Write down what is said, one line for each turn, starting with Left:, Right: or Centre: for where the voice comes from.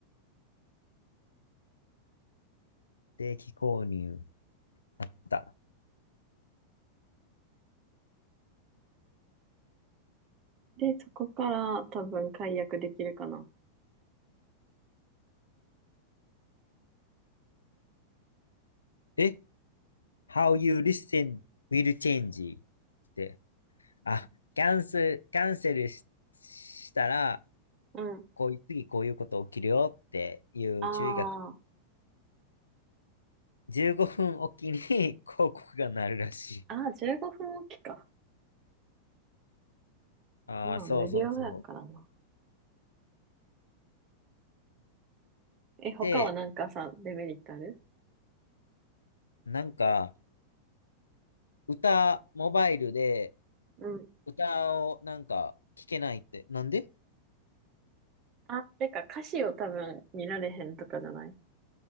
Left: 定期購入。だ。
Right: で、そこから多分解約できるかな。
Left: え How you listen will change って、あ、キャンセル、キャンセルし、したら、
Right: うん。
Left: こういう、次こういうこと起きるよっていう注意が、
Right: あ
Left: 15分おきに <laughs> 広告が鳴るらしい。
Right: あ、ああ、15分おきか。
Left: ああ、
Right: まあ、
Left: そうそうそう。
Right: 無料だからな。え、他はなんかさ、
Left: で、
Right: デメリットある
Left: なんか、歌、モバイルで
Right: うん。
Left: 歌をなんか聞けないって、なんで
Right: あ、てか、歌詞を多分見られへんとかじゃない